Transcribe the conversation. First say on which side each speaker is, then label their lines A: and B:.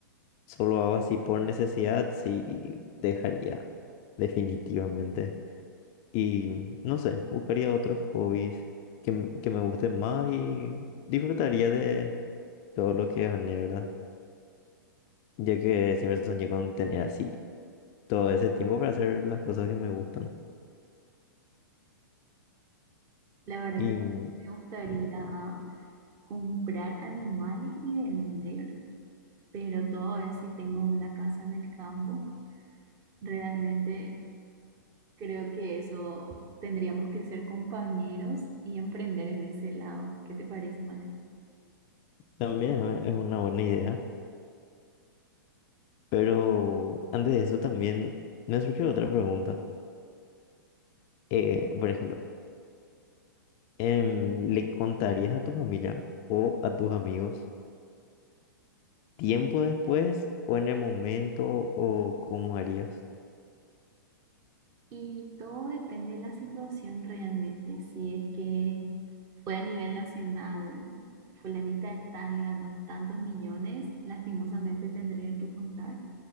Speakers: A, on the left; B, on the right.
A: Solo hago así por necesidad, sí dejaría definitivamente. Y no sé, buscaría otros hobbies que, me- que me gusten más y disfrutaría de todo lo que gané, ¿verdad? Ya que siempre soñé con tener así todo ese tiempo para hacer las cosas que me gustan.
B: La verdad
A: Y
B: que también me gustaría
A: mm,
B: comprar animales y vender, pero todo eso si tengo una casa en el campo. Realmente creo que eso tendríamos que ser compañeros y emprender en ese lado. ¿Qué te parece, Mati?
A: también es es una buena idea. Pero antes de eso también me surgió otra pregunta. Eh, por ejemplo, em, ¿le contarías a tu familia o a tus amigos? tiempo después o en el momento o cómo harías?
B: Y todo depende de la situación realmente. Si es que fue a nivel nacional, fulanita de tal ganó tantos millones, lastimosamente tendría que contar.